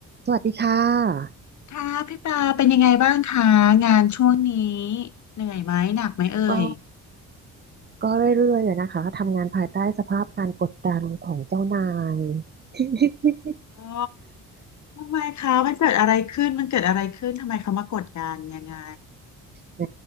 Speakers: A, on the right; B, on the left.
A: สวัสดีค่ะ
B: ค่ะพี่ปลาเป็นยังไงบ้างคะงานช่วงนี้เหนื่อยไหมหนักไหมเอ่ย
A: ก็ก็เรื่อยๆอะนะคะทำงานภายใต้สภาพการกดดันของเจ้านาย <laughs>
B: อ๋อทำไมคะมันเกิดอะไรขึ้นมันเกิดอะไรขึ้นทำไมเขามากดดันยังไง
A: แหม